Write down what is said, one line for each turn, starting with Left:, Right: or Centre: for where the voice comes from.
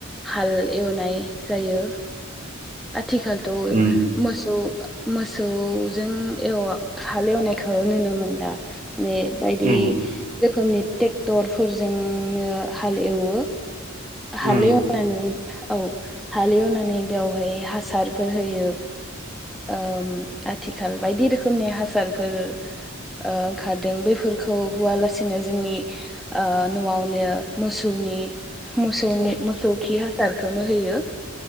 Centre: हाल एवनाय जायो आथिखालथ'
Right: उम
Centre: मोसौ मोसौजों हाल एवनायखौ नुनो मोनला माने बायदि
Right: उम
Centre: रोखोमनि ट्रेक्टरफोरजोंनो हाल एवो हालेवनानै
Right: उम
Centre: औ हालेवनानै बेवहाय हासारफोर होयो ओम आथिखाल बायदि रोखोमनि हासारफोर ओंखारदों बेफोरखौ होआलासेनो जोंनि न'आवनो मोसौ नि मोसौ मोसौ खि हासारखौनो होयो।